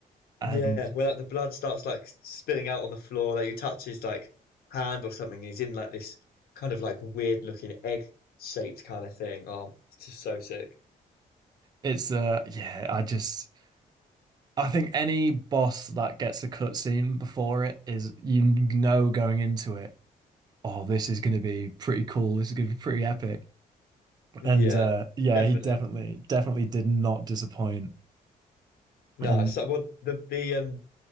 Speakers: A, on the left; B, on the right.
A: Yeah,
B: and
A: where like the blood starts like spilling out on the floor, like you touch his like hand or something, he's in like this kind of like weird looking egg shaped kind of thing. Oh, it's just so sick.
B: it's uh yeah, I just I think any boss that gets a cutscene before it is you know going into it oh, this is going to be pretty cool. This is going to be pretty epic.
A: Yeah,
B: And uh, yeah,
A: definitely.
B: he definitely, definitely did not disappoint.
A: No,
B: And
A: so well, the the um